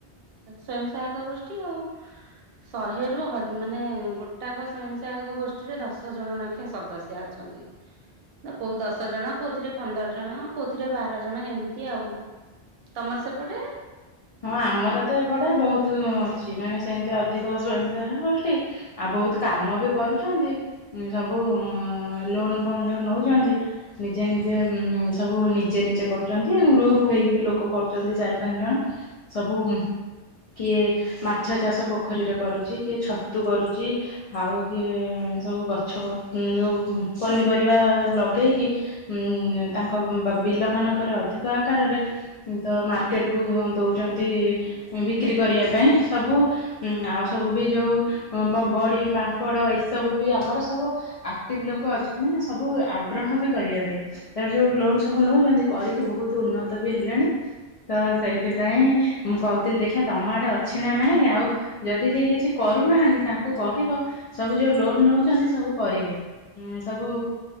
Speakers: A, on the right; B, on the left.
A: ସ୍ଵୟଂ ସହାୟକ ଗୋଷ୍ଠୀ ଆଉ। ଶହେରୁ ହ ମାନେ ଗୋଟାକ ସଵୟଂସହାୟକ ଗୋଷ୍ଠୀରେ ଦଶ ଜଣ ନାଖେଁ ସଦସ୍ୟା ଅଛନ୍ତି। ନା କୋଉ ଦଶ ଜଣ କୋଉଥିରେ ପନ୍ଦର ଜଣ। କୋଉଥିରେ ବାର ଜଣ ଏମିତି ଆଉ ତମର ସେପଟେ।
B: ହଁ ଆମର ତ ଏପଟେ ବହୁତ ଅଛି ମାନେ ସେମିତି ଅଧିକ ସ୍ୱୟଂସହାୟକ ଗୋଷ୍ଠୀ। ଆଉ ବହୁତ କାମ ବି କରୁଚନ୍ତି ସବୁ ଲୋନ ଫୋନ ଯୋଉ ନଉଚନ୍ତି ନିଜେ ନିଜେ ସବୁ ନିଜେ ନିଜେ କରୁଚନ୍ତି ଗ୍ରୁପ ହେଇକି ବି ଲୋକ କରୁଚନ୍ତି ଚାରି ପାଞ୍ଚ ଜଣ। ସବୁ କିଏ ମାଛ ଚାଷ ପୋଖରୀରେ କରୁଚି କିଏ ଛତୁ କରୁଚି। ଆଉ କିଏ ସବୁ ଗଛ ଯୋଉ ପନିପରିବା ଲଗେଇକି ଉଁ ତାଙ୍କ ବା ବିଲ ମାନଙ୍କରେ ଅଧିକ ଆକାରରେ ତ ମାର୍କେଟ କୁ ଦଉଚନ୍ତି ବିକ୍ରି କରିବା ପାଇଁ ସବୁ ଆଉ ସବୁ ବି ଯୋଉ ପ ବଡ଼ି ପାମ୍ପଡ଼ ଏସବୁ ବି ଆମର ସବୁ ଆକ୍ଟିଭ ଲୋକ ଅଛନ୍ତି ନା ସବୁ ଆଗ୍ରହ ବି କରିବା ପାଇଁ। ତାପରେ ଯୋଉ ଲୋନ ସବୁ ନଉଛନ୍ତି କରିକି ବହୁତ ଉନ୍ନତ ବି ହେଲେଣି ତ ସେଇଥି ପାଇଁ ମୁଁ କହୁଥିଲି ଦେଖିିଆ ତମ ଆଡେ ଅଛି ନା ନାହିଁ ଆଉ ଯଦି କେହି କିଛି କରୁନାହାନ୍ତି ତାଙ୍କୁ କହିବ ସବୁ ଯୋଉ ଲୋନ ନଉଛନ୍ତି ସବୁ କରିବେ। ଉ ସବୁ